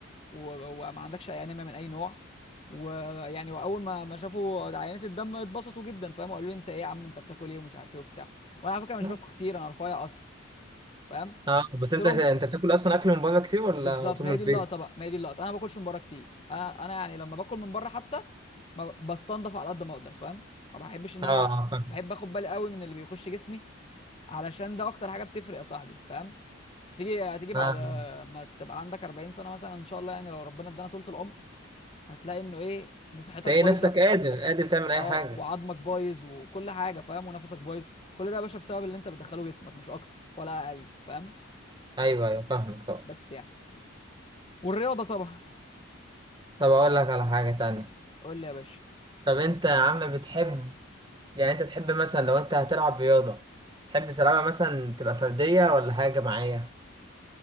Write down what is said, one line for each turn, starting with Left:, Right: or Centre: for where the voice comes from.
Left: و... وما عندكش اي انيميا من اي نوع ويعني واول ما ما شافوا عينات الدم اتبسطوا جدا فاهم وقالوا لي انت ايه يا عم انت بتاكل ايه ومش عارف ايه وبتاع وانا على فكره مش
Right: اه
Left: باكل كتير انا رفيع اصلا فاهم
Right: اه، بس انت
Left: قلت لهم
Right: انت بتاكل اصلا اكل من بره كتير ولا
Left: بالظبط
Right: طول
Left: ما
Right: من
Left: هي
Right: البيت؟
Left: دي اللقطه بقى ما هي دي اللقطه انا ما باكلش من بره كتير انا انا يعني لما باكل من بره حتى ما بستنضف على قد ما اقدر فاهم ما بحبش ان
Right: اه
Left: انا
Right: آه، فاهم
Left: بحب اخد بالي قوي من اللي بيخش جسمي علشان ده اكتر حاجه بتفرق يا صاحبي فاهم هتيجي هتيجي بعد
Right: فاهم
Left: ما تبقى عندك 40 سنه مثلا ان شاء الله يعني لو ربنا ادانا طولة العمر هتلاقي انه ايه ان صحتك
Right: تلاقي
Left: بايظه
Right: نفسك قادر قادر تعمل اي
Left: اه
Right: حاجة
Left: وعظمك بايظ وكل حاجه فاهم ونفسك بايظ كل ده يا باشا بسبب اللي انت بتدخله جسمك مش اكتر ولا اقل فاهم
Right: ايوه ايوه فاهمك طبعا
Left: بس يعني والرياضه طبعا
Right: طب اقول لك على حاجة تانية
Left: قول لي يا باشا
Right: طب انت يا عم بتحب يعني انت تحب مثلا لو انت هتلعب رياضة تحب تلعبها مثلا تبقى فردية ولا حاجة جماعية؟